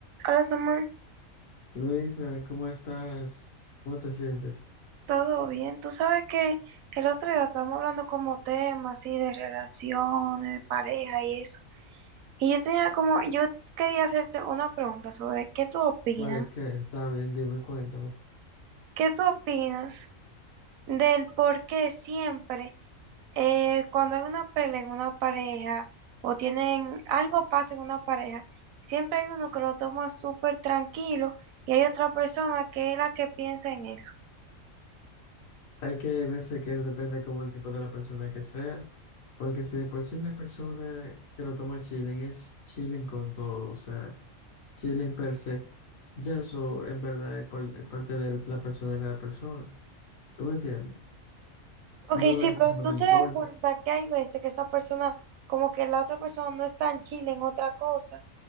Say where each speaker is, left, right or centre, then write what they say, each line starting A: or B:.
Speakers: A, on the right; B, on the left.
A: Hola, Samuel,
B: Luisa, ¿cómo estás? ¿Cómo te sientes?
A: ¿todo bien? Tú sabes que el otro día estábamos hablando como temas así de relaciones, de pareja y eso. Y yo tenía como, yo quería hacerte una pregunta sobre qué tú opinas,
B: ¿Cuál que está bien? Dime, cuéntame.
A: qué tú opinas del por qué siempre eh, cuando hay una pelea en una pareja o tienen algo pasa en una pareja, siempre hay uno que lo toma súper tranquilo y hay otra persona que es la que piensa en eso.
B: Hay que hay veces que depende como el tipo de la persona que sea, porque si de por sí la persona que lo toma chilling es chilling con todo, o sea, chilling per se, ya eso en verdad es, par- es parte de la personalidad de la persona. ¿Tú me entiendes?
A: Ok,
B: No
A: sí,
B: es
A: pero
B: que no
A: tú
B: le
A: te
B: importe.
A: das cuenta que hay veces que esa persona, como que la otra persona no está en Chile en otra cosa,